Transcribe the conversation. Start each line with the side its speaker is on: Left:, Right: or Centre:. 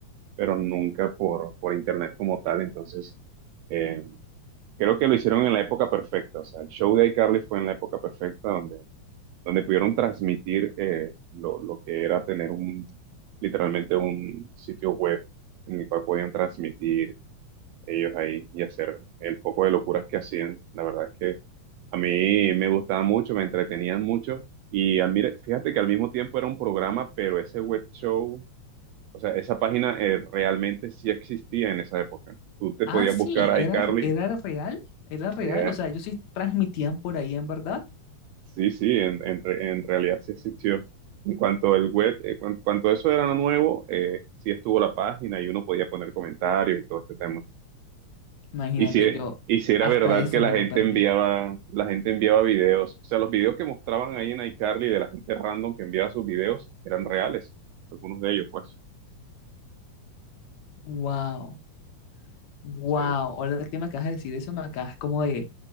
Right: pero nunca por, por internet como tal. Entonces, eh, creo que lo hicieron en la época perfecta. O sea, el show de iCarly fue en la época perfecta donde, donde pudieron transmitir eh, lo, lo que era tener un, literalmente un sitio web en el cual podían transmitir ellos ahí y hacer el poco de locuras que hacían. La verdad es que a mí me gustaba mucho, me entretenían mucho. Y al mir- fíjate que al mismo tiempo era un programa, pero ese web show o sea, esa página eh, realmente sí existía en esa época. Tú te
Left: Ah,
Right: podías
Left: sí,
Right: buscar a
Left: era,
Right: iCarly.
Left: era real, era real.
Right: eh,
Left: O sea, ellos sí transmitían por ahí en verdad.
Right: sí, sí, en, en re- en realidad sí existió. En cuanto el web, eh, cuan- cuanto eso era nuevo, eh, sí estuvo la página y uno podía poner comentarios y todo este tema.
Left: Imagínate,
Right: Y si,
Left: yo
Right: y si era
Left: hasta
Right: verdad
Left: eso
Right: que la
Left: me
Right: gente
Left: lo perdí.
Right: enviaba, la gente enviaba videos. O sea, los videos que mostraban ahí en iCarly de la gente random que enviaba sus videos eran reales. Algunos de ellos, pues.
Left: Wow. Wow,
Right: Sí.
Left: ahora que me acabas de decir eso, me acabas como de,